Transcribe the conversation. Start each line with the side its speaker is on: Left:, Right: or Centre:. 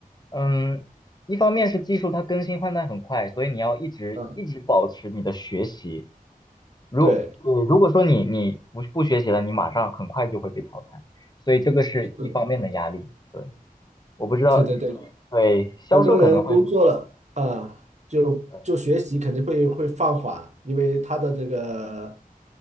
Left: 嗯，一方面是技术它更新换代很快，所以你要一直一直保持你的学习。
Right: 嗯，
Left: 如呃如果说你你不不学习了，
Right: 对，
Left: 你马上很快就会被淘汰，所以这个是一方面的压力。
Right: 是，
Left: 对。我不知道，
Right: 对对对，
Left: 对，销售可能会，
Right: 很多人工作了啊，就就学习肯定会会放缓，
Left: 对，
Right: 因为他的这个